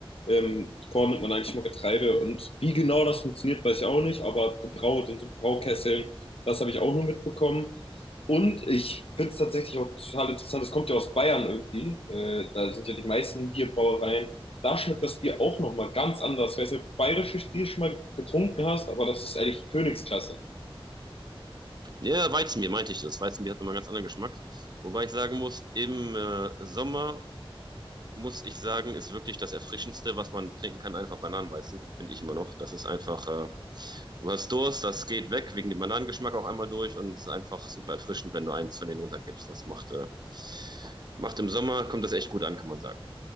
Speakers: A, on the left (about 80°); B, on the right (about 45°).
A: Ähm, Korn nimmt man eigentlich nur Getreide. Und wie genau das funktioniert, weiß ich auch nicht. Aber gebraut in so Braukesseln, das habe ich auch nur mitbekommen. Und ich finde es tatsächlich auch total interessant, das kommt ja aus Bayern irgendwie. Äh, da sind ja die meisten Bierbrauereien da schmeckt das Bier auch nochmal ganz anders. Ich weiß nicht, ob du bayerisches Bier schon mal getrunken hast, aber das ist ehrlich Königsklasse.
B: Ja, Weizenbier meinte ich das. Weizenbier hat nochmal einen ganz anderen Geschmack. Wobei ich sagen muss, im äh, Sommer muss ich sagen, ist wirklich das Erfrischendste, was man trinken kann, einfach Bananenweizen, finde ich immer noch. Das ist einfach, äh, du hast Durst, das geht weg, wegen dem Bananengeschmack auch einmal durch und es ist einfach super erfrischend, wenn du eins von denen runterkippst. Das macht, äh, macht im Sommer, kommt das echt gut an, kann man sagen.